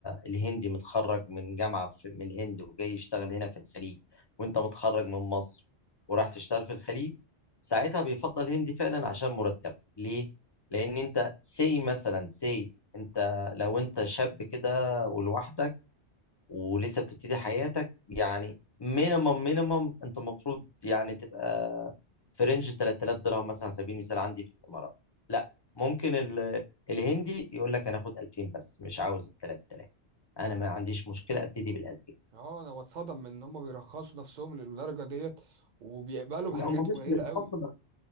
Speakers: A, on the left (about 35°); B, on the right (about 50°).
A: الهندي متخرج من جامعة في من الهند وجاي يشتغل هنا في الخليج وانت متخرج من مصر وراح تشتغل في الخليج ساعتها بيفضل هندي فعلا عشان مرتب ليه؟ لأن انت سي مثلا سي انت لو انت شاب كده ولوحدك ولسه بتبتدي حياتك يعني مينيمم مينيمم انت المفروض يعني تبقى في رينج 3000 درهم مثلا على سبيل المثال عندي في الامارات لا ممكن ال... الهندي يقول لك انا اخد 2000 بس مش عاوز ال 3000 انا ما عنديش مشكله ابتدي بال 2000
B: اه انا بتصدم من ان هم بيرخصوا نفسهم للدرجة ديت وبيقبلوا
A: لو
B: بحاجات
A: ما
B: قليلة
A: مش للحصل
B: قوي